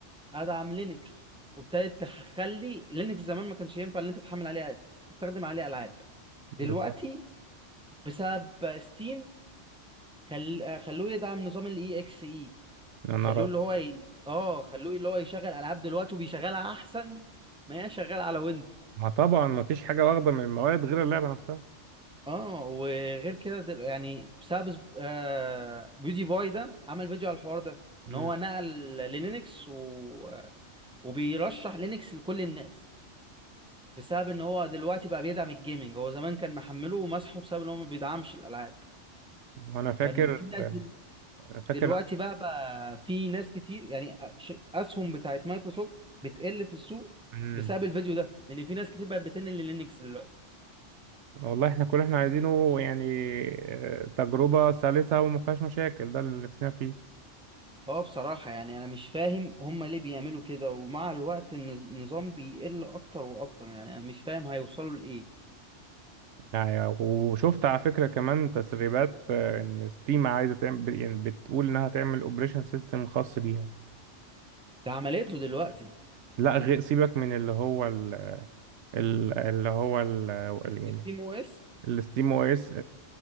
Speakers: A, in the centre; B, on the right.
A: ادعم لينكس وابتدت تخلي لينكس زمان ما كانش ينفع ان انت تحمل عليه تستخدم عليه العاب دلوقتي
B: بالظبط
A: بسبب ستيم خل... آه، خلوه يدعم نظام الاي اكس اي
B: يا
A: خلوه
B: نهار أبيض.
A: اللي هو ي... اه خلوه اللي هو يشغل العاب دلوقتي وبيشغلها احسن ما هي شغاله على ويندوز
B: ما طبعا ما فيش حاجه واخده من المواد غير اللعبه نفسها
A: اه وغير كده دل... يعني بسبب سب- آه... بيودي باي ده عمل فيديو على الحوار ده
B: مم.
A: ان هو نقل للينكس و... وبيرشح لينكس لكل الناس بسبب ان هو دلوقتي بقى بيدعم الجيمنج هو زمان كان محمله ومسحه بسبب ان هو ما بيدعمش الالعاب
B: وانا فاكر
A: ففي ناس
B: أنا فاكر
A: دلوقتي بقى بقى في ناس كتير يعني أش- اسهم بتاعت مايكروسوفت بتقل في السوق
B: مم.
A: بسبب الفيديو ده لان في ناس كتير بقت بتنقل للينكس دلوقتي
B: والله احنا كل اللي احنا عايزينه يعني آه، تجربه سلسه وما فيهاش مشاكل ده اللي نفسنا فيه
A: اه بصراحة يعني انا مش فاهم هما ليه بيعملوا كده ومع الوقت النز- النظام بيقل اكتر واكتر يعني انا مش فاهم هيوصلوا لايه
B: يعني وشفت على فكره كمان تسريبات آه، ان ستيم عايزه تعمل يعني بتقول انها تعمل اوبريشن سيستم خاص بيها
A: ده عملته دلوقتي
B: لا غير سيبك من اللي هو ال... ال- اللي هو ال... يعني
A: الستيم او اس
B: الستيم او اس